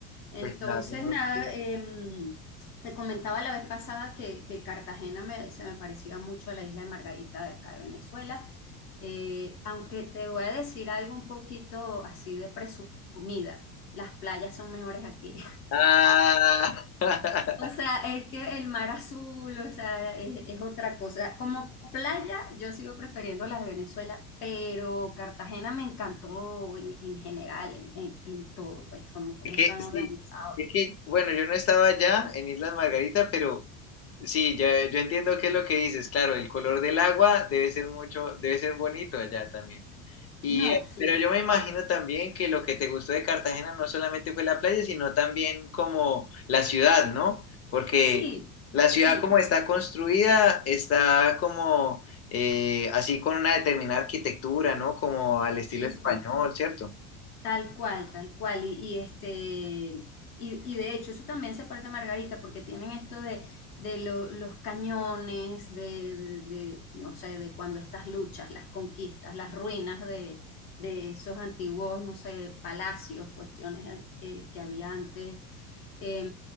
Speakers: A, on the left (about 75°); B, on the left (about 30°).
A: Entonces,
B: Pues nada, no.
A: nada,
B: no.
A: em, te comentaba la vez pasada que, que Cartagena me- se me parecía mucho a la isla de Margarita de acá de Venezuela, Eh, aunque te voy a decir algo un poquito así de presumida, las playas son mejores aquí.
B: Ah. <laughs>
A: O sea, es que el mar azul, o sea, es, es otra cosa. Como playa, yo sigo prefiriendo las de Venezuela, pero Cartagena me encantó en, en general, en, en- en todo, pues, como, como
B: Es que,
A: están
B: sí,
A: organizados.
B: es que, bueno, yo no estaba allá en Islas Margarita, pero sí, ya, yo entiendo qué es lo que dices. Claro, el color del agua debe ser mucho, debe ser bonito allá también. Y,
A: No,
B: eh,
A: sí,
B: pero yo me imagino también que lo que te gustó de Cartagena no solamente fue la playa, sino también como la ciudad, ¿no? Porque
A: sí,
B: la
A: sí,
B: ciudad como está construida, está como eh, así con una determinada arquitectura, ¿no? Como al estilo
A: sí,
B: español,
A: sí.
B: ¿cierto?
A: Tal cual, tal cual. Y, y este, y, y de hecho, eso también se parece a Margarita, porque tienen esto de, de lo- los cañones, de, de- de, no sé, de cuando estas luchas, las conquistas, las ruinas de, de esos antiguos, no sé, palacios, cuestiones eh, que había antes eh,